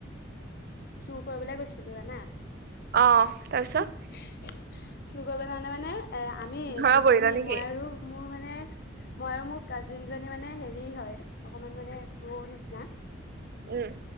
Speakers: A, on the left; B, on the right.
A: চোৰ কৰিবলৈ গৈছিলো জানা। হয়
B: অ তাৰপিছত
A: <inaudible> কি কৰিব কাৰণে মানে, আমি
B: ধৰা
A: দুজনী
B: পৰিলা নেকি
A: মই আৰু মোৰ মানে, মই আৰু মোৰ কাজিন জনী মানে হেৰি হয়। অকমান মানে প্ৰও নিচিনা।
B: উম।